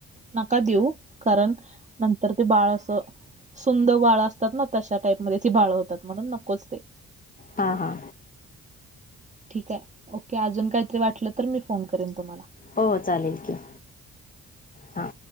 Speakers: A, on the right (about 20°); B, on the left (about 20°).
A: नका देऊ कारण नंतर ते बाळ असं. सुंदर बाळ असतात ना तशा टाईप म ती बाळ होतात म्हणून नकोच ते
B: हा हा.
A: ठीक आहे ओके अजून काहीतरी वाटलं तर मी फोन करेन तुम्हाला
B: हो चालेल की. हां